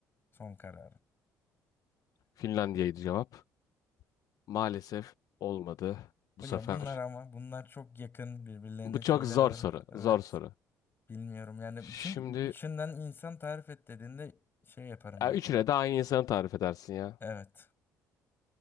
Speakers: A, on the left; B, on the left.
A: Son kararım.
B: Finlandiya'ydı cevap. Maalesef olmadı
A: Bu
B: bu sefer.
A: ya bunlar ama bunlar çok yakın birbirlerine
B: Bu çok
A: şeyler.
B: zor
A: o-
B: soru.
A: Evet.
B: Zor soru.
A: Bilmiyorum yani.
B: Şimdi
A: Çünkü üçünden insan tarif et dediğinde şey yaparım
B: ya
A: yani.
B: üçüne de aynı insanı tarif edersin ya.
A: Evet.